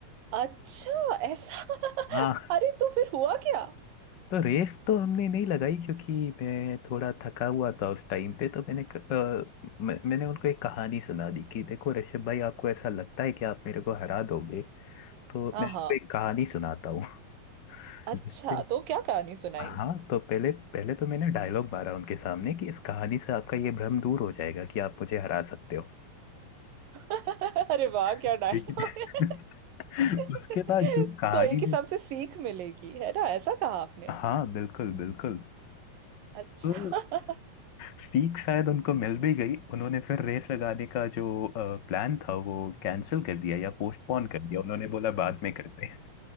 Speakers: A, on the right (about 70°); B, on the left (about 55°).
A: अच्छा ऐसा <laughs>
B: हाँ
A: अरे तो फिर हुआ क्या
B: तो रेस तो हमने नहीं लगाई क्योंकि मैं थोड़ा थका हुआ था उस टाइम पे तो मैंने क- अ, मैं, मैंने उनको एक कहानी सुना दी कि देखो ऋषभ भाई आपको ऐसा लगता है कि आप मेरे को हरा दोगे तो
A: हाँ
B: मैं आपको
A: हाँ
B: एक कहानी सुनाता हूँ
A: अच्छा
B: जिससे
A: तो क्या कहानी सुनाई
B: हाँ तो पहले पहले तो मैंने डायलॉग मारा उनके सामने कि इस कहानी से आपका ये भ्रम दूर हो जाएगा कि आप मुझे हरा सकते हो
A: <laughs> अरे वाह क्या
B: ठीक
A: डायलॉग
B: है
A: है
B: <laughs>
A: <laughs>
B: उसके बाद जो कहानी
A: तो एक हिसाब
B: में
A: से सीख मिलेगी है ना ऐसा कहा आपने
B: हाँ बिल्कुल बिल्कुल
A: अच्छा
B: तो
A: <laughs>
B: सीख शायद उनको मिल भी गई उन्होंने फिर रेस लगाने का जो प्लान था वो कैंसिल कर दिया या पोस्टपोन कर दिया उन्होंने बोला बाद में करते हैं